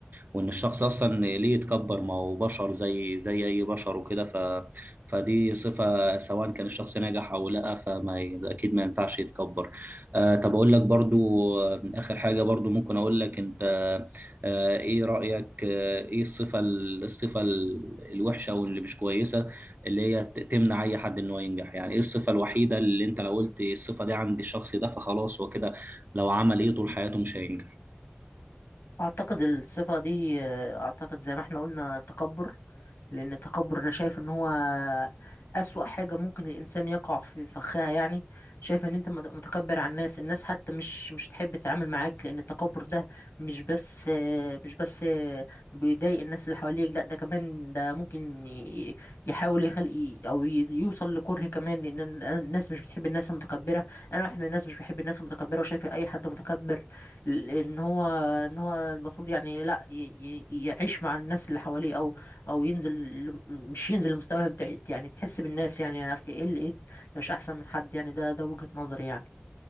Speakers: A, on the right; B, on the left.
A: وان الشخص اصلا ليه يتكبر ما هو بشر زي زي اي بشر وكده ف فدي صفة سواء كان الشخص ناجح او لا فما ي- اكيد ما ينفعش يتكبر آه طب اقول لك برضو آه، اخر حاجة برضو ممكن اقول لك انت آه ايه رأيك آه ايه الصفة ال- الصفة ال- الوحشة او اللي مش كويسة اللي هي ت- تمنع اي حد انه ينجح يعني ايه الصفة الوحيدة اللي انت لو قلت الصفة دي عند الشخص ده فخلاص هو كده لو عمل ايه طول حياته مش هينجح
B: اعتقد الصفة دي آه، اعتقد زي ما احنا قلنا التكبر لان التكبر انا شايف ان هو اسوأ حاجة ممكن الانسان يقع في فخها يعني شايف ان انت مت- متكبر على الناس الناس حتى مش مش تحب تتعامل معاك لان التكبر ده مش بس آه، مش بس آه، بيضايق الناس اللي حواليك لا ده كمان ده ممكن ي- يحاول يخلق او ي- يوصل لكره كمان لان الن- الناس مش بتحب الناس المتكبرة انا واحد من الناس مش بحب الناس المتكبرة وشايف اي حد متكبر ل- ان هو ان هو المفروض يعني لا ي- ي- يعيش مع الناس اللي حواليه او او ينزل ل- مش ينزل لمستواهم تحت يعني تحس بالناس يعني يا اخي ايه اللي ايه ده مش احسن من حد يعني ده ده وجهة نظري يعني